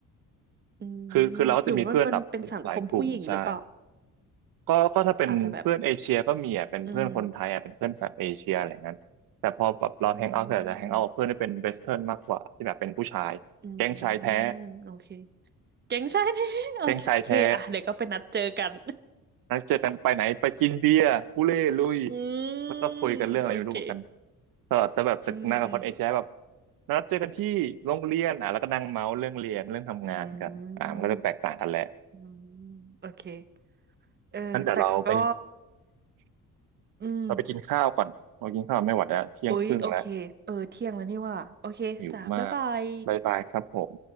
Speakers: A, on the right (about 30°); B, on the right (about 90°).
A: อืมหรือว่ามันเป็นเป็นสังคมผู้หญิงหรือเปล่า
B: คือคือเราก็จะมีเพื่อนแบบหลายกลุ่มใช่ก็ก็ถ้าเป็นเพื่อนเอเชียก็มีอ่ะเป็นเพื่อนคนไทยอ่ะเป็นเพื่อนแบบเอเชียอะไรเงี้ยแต่พอแบบเราแฮงเอาท์เสร็จจะแฮงเอาท์กับเพื่อนที่เป็นเวสเทิร์นมากกว่าที่แบบเป็นผู้ชายแก๊งชายแท้
A: อาจจะแบบ อืมอืมอืมโอเคเก่งใช่ไหมโอเคอ่ะเดี๋ยวก็ไปนัดเจอกัน
B: แก๊งชายแท้ นัดเจอกันไปไหนไปกินเบียร์อุเล่ลุย
A: อืม
B: แล้วก็คุยกันเรื่องอะไรไม่รู้เหมือนกัน
A: โอเค
B: แต่แต่แบบสนทนากับคนเอเชียแบบ
A: อืม อืม
B: นัดเจอกันที่โรงเรียนอ่ะแล้วก็นั่งเมาส์เรื่องเรียนเรื่องทำงานกันอ่ามันก็จะแตกต่างกันแหละ
A: อืม อืมโอเคเออแต่ก็
B: งั้นเดี๋ยวเราไป
A: อืม
B: เราไปกินข้าวก่อนเรากินข้าวไม่ไหวแล้วเที่ยงครึ่งแล้ว
A: โอ๊ยโอเคเออเที่ยงแล้วนี่ว่าโอเคจ้ะบ๊ายบาย
B: หิวมากบายบายครับผม